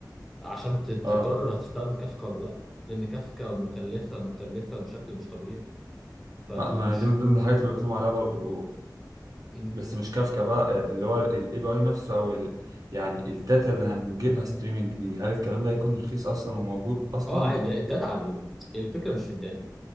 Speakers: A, in the centre; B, on the right.
A: عشان ت- تقرر
B: اه
A: هتستخدم كافكا ولا لا لان كافكا مكلفه مكلفه بشكل مش طبيعي فمش
B: اه ما دي من ضمن الحاجات اللي قلت لهم عليها برضو
A: م.
B: بس مش كافكا بقى اللي هو الاي بي اي نفسه او ال يعني الداتا اللي هنجيبها ستريمنج دي هل الكلام ده هيكون رخيص اصلا وموجود اصلا
A: اه عادي الداتا عاديه الفكره مش في الداتا